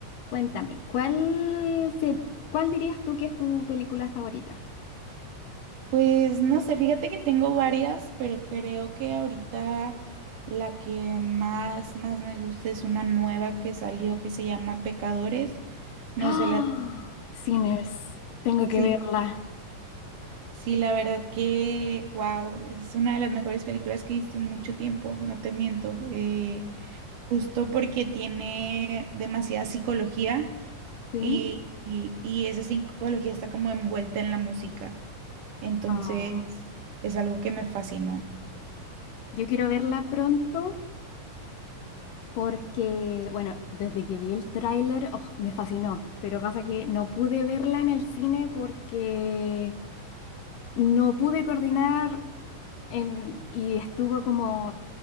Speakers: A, on the left; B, on the right.
A: Cuéntame, ¿cuál, se- cuál dirías tú que es tu película favorita?
B: Pues no sé, fíjate que tengo varias, pero creo que ahorita la que más, más me gusta es una nueva que salió que se llama Pecadores. No
A: ¡Ah!
B: sé la...
A: Sinners, tengo
B: Sí,
A: que verla,
B: sí, la verdad que, wow, es una de las mejores películas que he visto en mucho tiempo, no te miento. Eh, justo porque tiene demasiada psicología
A: ¿sí?
B: y, y, y esa psicología está como envuelta en la música. Entonces,
A: Ah,
B: es algo que me fascinó.
A: yo quiero verla pronto porque, bueno, desde que vi el tráiler, oh, me fascinó, pero pasa que no pude verla en el cine porque no pude coordinar en- y estuvo como